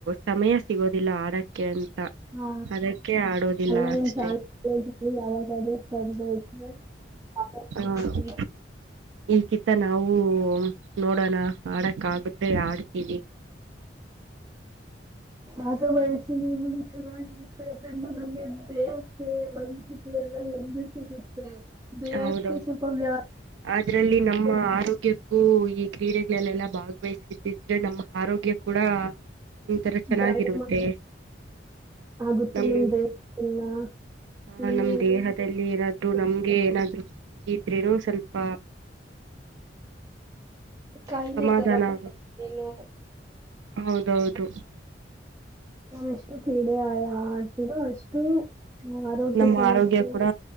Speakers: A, on the right; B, on the right.
A: ಸಮಯ ಸಿಗೋದಿಲ್ಲ ಆಡಕ್ಕೆ ಆನ್ ತ
B: ಆ
A: ಅದಕ್ಕೆ ಆಡೋದಿಲ್ಲ
B: ಅಲ್ಲ
A: ಅಷ್ಟೆ.
B: ನಿಮ್ ಶಾಲೆ ಕಾಲೇಜಲ್ಲಿ ಯಾವಾಗಾದ್ರೂ ಸ್ಪರ್ಧೆ ಇದ್ರೆ ಭಾಗವಹಿಸಿ
A: ಹ ಈ ಕಿತ್ತ ನಾವು ನೋಡೋಣ ಆಡಕ್ ಆಗುದ್ರೆ ಆಡ್ತೀವಿ.
B: ಭಾಗವಹಿಸಿ ಸಿ ನೀವು <unintelligible> <unintelligible> ಮನ್ಸಿಗೆ ಎಲ್ಲ ನೆಮ್ಮದಿ ಸಿಗುತ್ತೆ. ದೇಹಕ್ಕೆ
A: ಹೌದೌದು
B: ಸ್ವಲ್ಪ ವ್ಯಾ-
A: ಅದ್ರಲ್ಲಿ ನಮ್ಮ ಆರೋಗ್ಯ ಕ್ಕು ಈ ಕ್ರೀಡೆಗಳಲ್ಲೆಲ್ಲಾ ಭಾಗವಹಿಸುತ್ತಿದ್ರೆ ನಮ್ಮ ಆರೋಗ್ಯ ಕೂಡ ನಮ ತರ ಚೆನ್ನಾಗಿರುತ್ತೆ
B: ವ್ಯಾಯಾಮ ಆಗುತ್ತೆ
A: ನಮ್
B: ದೇಹಕ್ಕೆಲ್ಲ
A: ಆ
B: ಏನು
A: ನಮ್ ದೇಹದಲ್ಲಿ ಏನಾದ್ರೂ ನಮ್ ಏನಾದ್ರು ಇದಿದ್ರೇನು ಸ್ವಲ್ಪ.
B: ಕಾಯಿಲೆ
A: ಸಮಾಧಾನ
B: ತರ ಬರ್
A: ಆಗುತ್ತೆ
B: ತೆನೋ.
A: ಹೌದೌದು.
B: ನಾವ್ ಎಷ್ಟು ಕ್ರೀಡೆ ಆಡ್ ಆಡ್ ತಿವೋ ಅಷ್ಟು ಆರೋಗ್ಯ
A: ನಮ್ಮ
B: ಸಮಸ್ಯೆ
A: ಆರೋಗ್ಯ ಕೂಡ